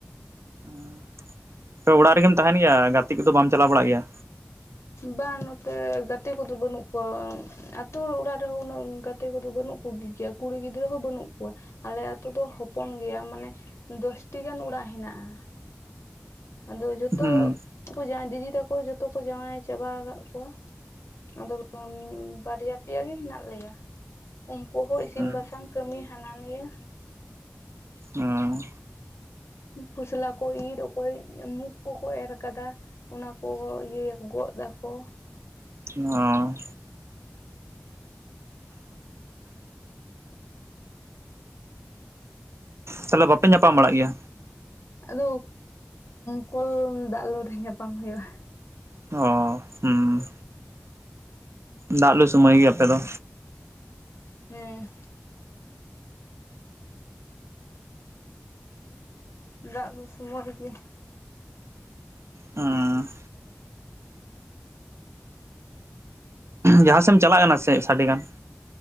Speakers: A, on the right (about 75°); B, on the left (about 80°).
A: <inaudible> ᱛᱚᱵᱮ ᱚᱲᱟᱜ ᱨᱮᱜᱮᱢ ᱛᱟᱦᱮᱱ ᱜᱮᱭᱟ ᱜᱟᱛᱤ ᱠᱚᱫᱚ ᱵᱟᱢ ᱪᱟᱞᱟᱣ ᱵᱟᱲᱟᱜ ᱜᱮᱭᱟ?
B: ᱵᱟᱝ ᱱᱚᱛᱮ ᱜᱟᱛᱮ ᱠᱚᱫᱚ ᱵᱟᱹᱱᱩᱜ ᱠᱚᱣᱟ ᱟᱹᱛᱩ ᱚᱲᱟᱜ ᱨᱮᱦᱚᱸ ᱩᱱᱟᱹᱜ ᱜᱟᱛᱮ ᱠᱚᱫᱚ ᱵᱟᱹᱱᱩᱜ ᱠᱚ ᱜᱮᱭᱟ᱾ ᱠᱩᱲᱤ ᱜᱤᱫᱽᱨᱟᱹ ᱦᱚᱸ ᱵᱟᱹᱱᱩᱜ ᱠᱚᱣᱟ ᱟᱞᱮ ᱟᱛᱳ ᱫᱚ ᱦᱚᱯᱚᱱ ᱜᱮᱭᱟ ᱢᱟᱱᱮ ᱫᱚᱥᱴᱤ ᱜᱟᱱ ᱚᱲᱟᱜ ᱦᱮᱸᱱᱟᱜᱼᱟ ᱟᱫᱚ ᱡᱚᱛᱚ
A: ᱦᱩᱸ
B: ᱫᱤᱫᱤ ᱛᱟᱠᱚ ᱡᱚᱛᱚ ᱠᱚ ᱡᱟᱶᱟᱭ ᱪᱟᱵᱟ ᱟᱠᱟᱫ ᱠᱚᱣᱟ ᱟᱫᱚ ᱵᱟᱨᱭᱟ ᱯᱮᱭᱟ ᱜᱮ ᱦᱮᱱᱟᱜ ᱞᱮᱭᱟ ᱩᱱᱠᱩ ᱦᱚᱸ ᱤᱥᱤᱱ
A: ᱦᱩᱸ
B: ᱵᱟᱥᱟᱝ ᱠᱟᱹᱢᱤ ᱦᱟᱱᱟ ᱱᱤᱭᱟᱹ
A: ᱚᱸ
B: ᱠᱷᱚᱥᱞᱟ ᱠᱚ ᱤᱨ ᱚᱠᱚᱭ ᱢᱩᱠ ᱠᱚᱠᱚ ᱮᱨ ᱠᱟᱫᱟ ᱚᱱᱟ ᱠᱚ ᱤᱭᱟᱹᱭᱟᱠᱚ ᱜᱚᱫ ᱫᱟᱠᱚ
A: ᱚᱸ ᱛᱟᱞᱦᱮ ᱵᱟᱯᱮ ᱧᱟᱯᱟᱢ ᱵᱟᱲᱟᱜ ᱜᱮᱭᱟ
B: ᱟᱫᱚ ᱠᱚᱞ ᱫᱟᱜ ᱞᱩᱨᱮ ᱧᱟᱯᱟᱢ ᱦᱩᱭᱩᱜᱼᱟ
A: ᱚ ᱦᱩᱸ ᱫᱟᱜ ᱞᱩ ᱥᱚᱢᱚᱭ ᱜᱮ ᱟᱯᱮ ᱫᱚ
B: ᱦᱮᱸ ᱫᱟᱜ ᱞᱩ ᱥᱩᱢᱚᱭ ᱜᱮ
A: ᱩᱸ ᱡᱟᱦᱟᱸ ᱥᱮᱫ ᱮᱢ ᱪᱟᱞᱟᱜ ᱠᱟᱱᱟ ᱥᱮ ᱪᱮᱫ ᱥᱟᱰᱮ ᱠᱟᱱ